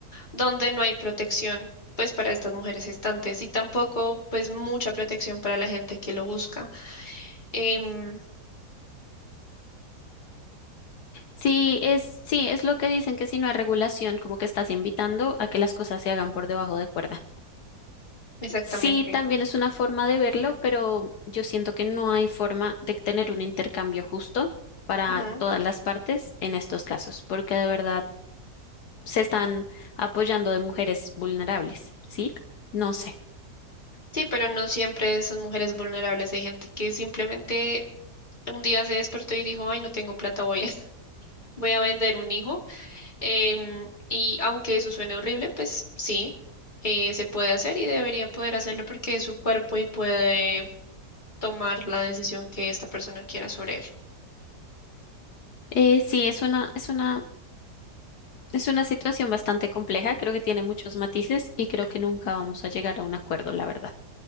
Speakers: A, on the left (about 30°); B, on the left (about 70°).
A: donde no hay protección, pues para estas mujeres gestantes y tampoco, pues mucha protección para la gente que lo busca. Em,
B: Sí, es, sí, es lo que dicen que si no hay regulación, como que estás invitando a que las cosas se hagan por debajo de cuerda.
A: exactamente.
B: Sí, también es una forma de verlo, pero yo siento que no hay forma de tener un intercambio justo para
A: Ujú.
B: todas las partes en estos casos, porque de verdad se están apoyando de mujeres vulnerables, ¿sí? No sé.
A: Sí, pero no siempre son mujeres vulnerables. Hay gente que simplemente un día se despertó y dijo, ay, no tengo plata, voy a, <laughs> voy a vender un hijo Em, y aunque eso suene horrible, pues sí, eh, se puede hacer y debería poder hacerlo porque es su cuerpo y puede tomar la decisión que esta persona quiera sobre él.
B: Eh, sí, es una, es una, es una situación bastante compleja, creo que tiene muchos matices y creo que nunca vamos a llegar a un acuerdo, la verdad.